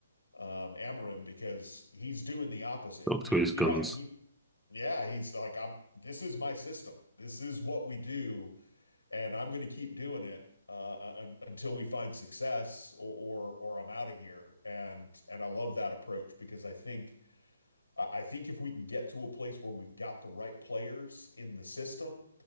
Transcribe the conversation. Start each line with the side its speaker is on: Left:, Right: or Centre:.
Left: um Amarim because he's doing the opposite.
Centre: up
Left: He
Centre: to his
Left: he
Centre: guns.
Left: had he yeah, he's like I'm this is my system. This is what we do and I'm going to keep doing it uh, uh, un until we find success or or, or I'm out of here. And and I love that approach because I think I think if we can get to a place where we've got the right players in the system,